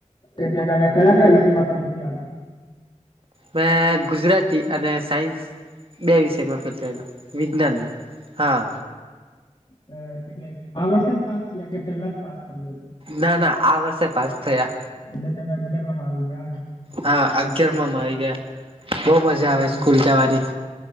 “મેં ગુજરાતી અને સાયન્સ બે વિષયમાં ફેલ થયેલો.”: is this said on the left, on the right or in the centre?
Right